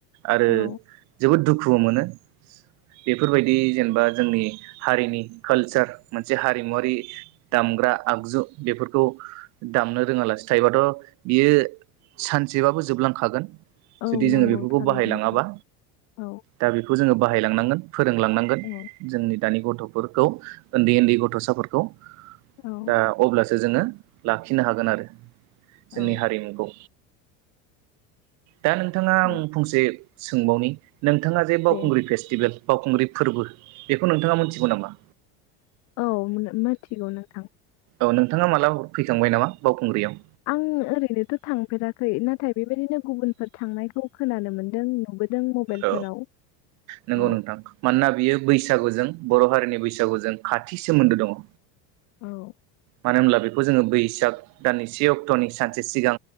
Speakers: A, on the right; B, on the left.
A: आरो
B: औ
A: जोबोद दुखु दुखु मोनो बेफोरबायदि जेनेबा जोंनि हारिनि कालसार मोनसे हारिमुवारि दामग्रा आगजु बेफोरखौ दामनो रोङालासिनो थायोबाथ' बियो सानसेबाबो जोबलांखागोन।
B: औ
A: जुदि
B: नंगौ
A: जोङो बेफोरखौ
B: थारैनो
A: बाहायलाङाबा
B: नोंथां औ
A: दा बेखौ जोङो बाहायलांनांगोन फोरोंलांनांगोन
B: औ
A: जोंनि दानि गथ'खौ फोरखौ उन्दै उन्दै गथ'साफोरखौ
B: औ
A: दा अब्ला जों जोङो लाखिनो हागोन आरो
B: औ
A: जोंनि हारिमुखौ दा नोंथाङा
B: औ
A: आं फंसे सोंबावनि नोंथाङा जे
B: दे
A: बावखुंग्रि फेस्टिभेल बावखुंग्रि फोरबो बेखौ नोंथाङा मोनथिगौ नामा?
B: औ मिथिगौ नोंथां
A: औ नोंथाङा मालाबाफोर फैखांबाय नामा बावखुंग्रियाव?
B: आं ओरैनोथ' थांफेराखै नाथाय बेबायदिनो गुबुनफोर थांनायखौ खोनानो मोनदों नुबोदों। मबाइलफोराव
A: औ नंगौ
B: औ
A: नोंथां मानोना बियो बैस बैसागुजों बर' हारिनि बैसागुजों खाथि सोमोन्दो दङ।
B: औ
A: मानो होनब्ला बेखौ जोङो बैसाग दाननै से अक्ट'नि सानसे सिगां